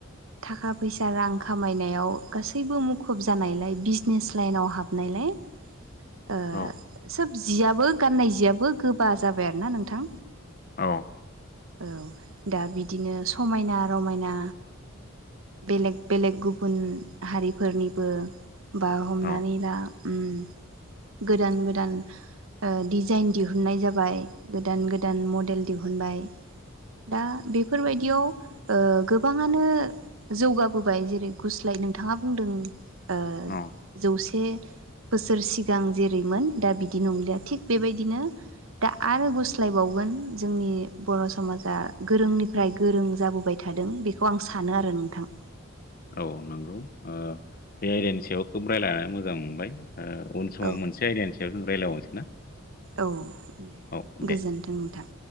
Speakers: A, on the right (about 75°); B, on the left (about 45°).
A: थाखा फैसा रां खामायनायाव गासैबो मुखुब जानायलाय बिजनेस लाइनाव हाबनायलाय ओ
B: औ
A: सोब जियाबो गाननाय जियाबो गोबा जाबाय आरो ना नोंथां
B: औ
A: औ दा बिदिनो समायना रमायना बेलेग बेलेग गुबुन हारिफोरनिबो बा हमनानै
B: औ
A: ला ओम गोदान गोदान ओ दिजाइन दिहुननाय जाबाय गोदान गोदान मडेल मदेल दिहोनबाय दा‌बेफोर बायदि याव गोबाङानो जौगाबोबाय जेरै गुस्लाय नोंथाङा बुंदों। ओ
B: औ
A: जौसे बोसोर सिगां जेरैमोन दा बिदि नंलिया थिग बेबायदिनो दा आरो गुस्लायबावगोन जोंनि बर' समाजा गोरोंनिफ्राय गोरों जाबोबाय थादों बेखौ आं सानो आरो नोंथां
B: औ नंगौ बे आयदानि सायाव खोब रायज्लाया मोजां मोनबाय उन समाव
A: औ
B: मोनसे आयदानि सायाव जों रायलायबावनोसै ना
A: औ दे
B: औ
A: गोजोन्थों
B: दे
A: नोंथां